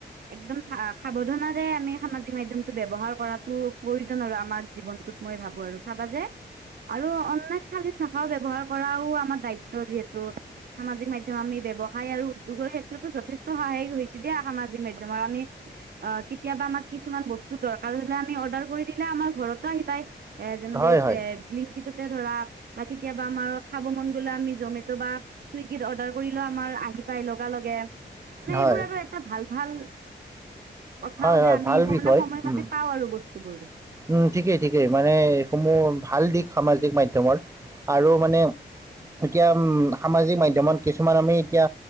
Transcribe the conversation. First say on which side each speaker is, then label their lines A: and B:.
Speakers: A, on the right; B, on the right.
A: একদম চা সা সাৱধানাৰে আমি সামাজিক মাধ্যমটো ব্যৱহাৰ কৰাতো প্ৰয়োজন আৰু আমাৰ জীৱনটোত। মই ভাবো আৰু চাবা যে আৰু অনলাইন শালীন ভাষাও ব্যৱহাৰ কৰাও আমাৰ দায়িত্ব যিহে ত' সামাজিক মাধ্যম আমি ব্যব সহায় আৰু উদ্যোগৰ ক্ষেত্ৰতো যথেষ্ট সহায় হৈছে দেই সামাজিক মাধ্যম আমি আ কেতিয়াবা আমাক কিছুমান বস্তু দৰকাৰ হলে আমি অৰ্ডাৰ কৰি দিলে আমাৰ ঘৰতো আহি পায় এ যেনেকে
B: হয়,
A: এই
B: হয়,
A: প লিংকিত যে ধৰা বা কেতিয়াবা আমাৰ খাব মন গলে আমি জমেট' বা চুইগীত অৰ্ডাৰ কৰিলে আমাৰ আহ ৰাপাই লগা লগে, মানে
B: হয়,
A: এইবোৰত এটা ভাল ভাল কথাও
B: হয়
A: যে
B: হয়
A: আমি
B: ভাল
A: এইবোৰ
B: বিষয়।
A: মানে সময়মতে
B: উম
A: পাওঁ আৰু বস্তুবোৰ
B: উম ঠিকেই ঠিকেই মানে এইসমূহ ভাল দিশ সামাজিক মাধ্যমত আৰু মানে এতিয়া উম সামাজিক মাধ্যমত কিছুমান আমি এতিয়া